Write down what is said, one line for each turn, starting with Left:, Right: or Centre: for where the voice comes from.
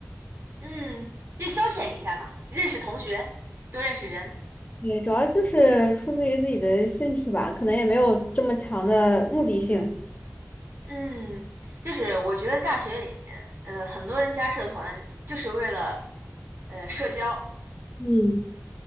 Right: 嗯，就消遣一下嘛，认识同学，多认识人。
Left: 对，主要就是出自于自己的兴趣吧，可能也没有这么强的目的性。
Right: 嗯，就是我觉得大学里面，呃，很多人加社团就是为了呃社交。
Left: 嗯